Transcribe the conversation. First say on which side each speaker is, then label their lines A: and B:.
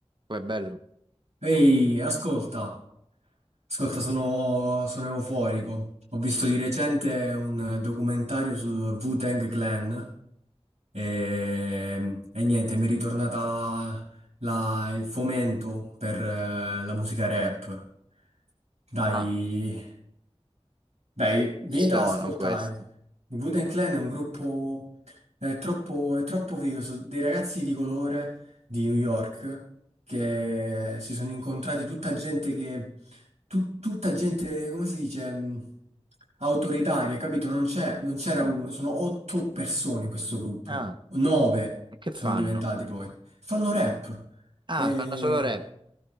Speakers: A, on the right (about 45°); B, on the right (about 85°).
A: Poi è bello.
B: Ehi, ascolta, ascolta, sono, sono euforico. Ho visto di recente un documentario sul Wu-Tang Clan e, e niente, mi è ritornata la- il fomento per eh, la musica rap. Dai,
A: Ah,
B: dai, venite
A: chi sono
B: ad ascoltare.
A: questi?
B: Il Wu-Tang Clan è un gruppo è troppo, è troppo figo, sono dei ragazzi di colore di New York che si sono incontrati tutta gente che, tu- tutta gente, come si dice, mh, autoritaria, capito? Non c'è, non c'era
A: Mm.
B: uno, sono otto persone in questo gruppo,
A: Ah,
B: nove
A: e che
B: sono
A: fanno?
B: diventati poi. Fanno rap.
A: Ah,
B: E...
A: fanno solo rap.